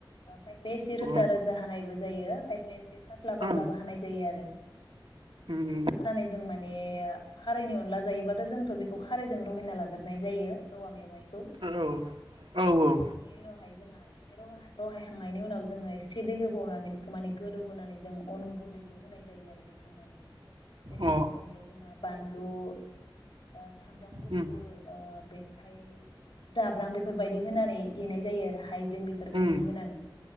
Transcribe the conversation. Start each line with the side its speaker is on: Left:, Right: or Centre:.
Left: खायफाया एसे रोजा
Right: ओं
Left: रोजा हानायबो जायो खायफाया एसे पाथ्ला पाथ्लाबो
Right: उम
Left: हानाय जायो आरो।
Right: उम
Left: बेखौ हानानै जों माने खारैनि अनला जायोबाथ' जोंथ' बेखौ खारायजों रहायना लाग्रोनाय जायो औवा मेवाइ
Right: औ औ औ
Left: उनावहाय जोंहा एसे र रहायखांनायनि उनाव जोङो एसे दै होबावनानै बेखौ माने गोदौ होनोनानै जों अन गुन्दैखौ होनाय जायो आरो देखांनानै जेरै
Right: अ औ
Left: गुन्दैआव जोंहा बानलु ओ सामब्राम गुफुर
Right: उम
Left: ओ बेनिफ्राय जाब्रां बेफोरबायदि होनानै देनाय जायो आरो। हाइजें बेफोरबायदिखौ
Right: उम
Left: होनानै।